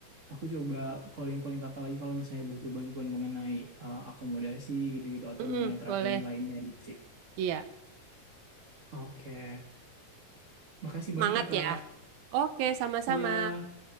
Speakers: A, on the right; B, on the right.
A: aku coba calling-calling kakak lagi kalau misalnya butuh bantuan mengenai eh, akomodasi gitu-gitu atau
B: Mm-mm.
A: mengenai traveling
B: Boleh.
A: lainnya gitu sih.
B: Iya.
A: Oke, makasih
B: Semangat
A: banyak ya kak.
B: ya. Oke, sama-sama.
A: Iya.